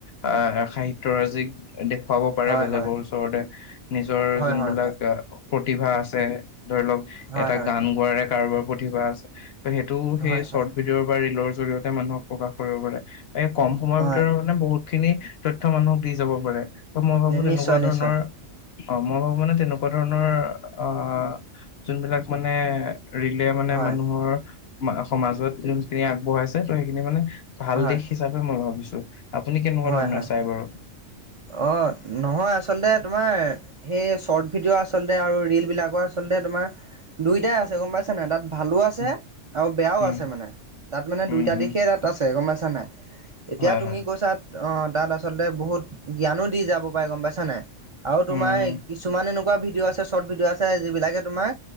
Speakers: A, on the left (about 60°); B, on the right (about 55°).
A: আহ সাহিত্যৰাজিক দেখুৱাব পাৰে
B: হয়
A: বেলেগৰ
B: হয় হয়
A: ওচৰতে নিজৰ
B: হয়
A: যোনবিলাক
B: হয় হয়
A: আ প্ৰতিভা আছে। ধৰি লওঁক
B: হয়
A: এটা
B: হয়
A: গান গোৱাৰে কাৰোবাৰ প্ৰতিভা আছে অ সেইটো সেই
B: হয়
A: চৰ্ট ভিডিঅ'ৰ বা ৰিলৰ জৰিয়তে মানুহক প্ৰকাশ কৰিব পাৰে। এই কম সময়ৰ
B: হয়
A: ভিতৰত মানে বহুত খিনি তথ্য মানুহক দি যাব পাৰে। ত মই ভাবো তেনেকুৱা
B: নিশ্চয়
A: ধৰণৰ
B: নিশ্চয়
A: অ মই ভাবো মানে তেনেকুৱা ধৰণৰ আহ যোন বিলাক মানে ৰিলে মানে
B: হয়
A: মানুহৰ মা সমাজত যোনখিনি আগবঢ়াইছে তই সেইখিনি মানে ভাল
B: হয়
A: দিশ হিচাপে মই ভাবিছো <inaudible> আপুনি কেনেকুৱা
B: হয়
A: ধৰণৰ
B: হয়
A: চায় বাৰু
B: অ নহয় আচলতে তোমাৰ সেই চৰ্ট ভিডিঅ' আচলতে আৰু ৰিলবিলাকো আচলতে তোমাৰ দুয়োটাই আছে গম পাইছানে নাই তাত ভালো আছে
A: উম
B: আৰু বেয়াও
A: উম
B: আছে মানে তাত মানে
A: উম
B: দুইটা
A: উম।
B: দিশেই তাত আছে গম পাইছা। নাই। <unintelligible> এতিয়া
A: হয়
B: তুমি
A: হয়
B: কৈছা অ তাত আচলতে বহুত জ্ঞানো দি যাব পাৰে গম পাইছানে নাই আৰু
A: উম
B: তোমাৰ কিছুমানেনো - ভিডিঅ আছে চৰ্ট ভিডিঅ আছে যি বিলাক তোমাৰ